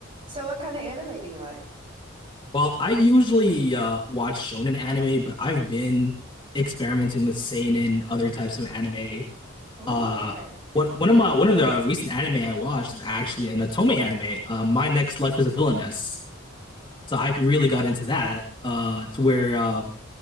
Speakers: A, on the right; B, on the left.
A: So what kind of anime do you like?
B: Well, I usually uh, watch shonen anime, but I've been experimenting with seinen, other types of anime.
A: Oh,
B: Uh,
A: okay.
B: one one of my one of the recent anime I watched is actually an otome anime. Uh, My Next Life as a Villainess. So I really got into that. Uh, it's where uh,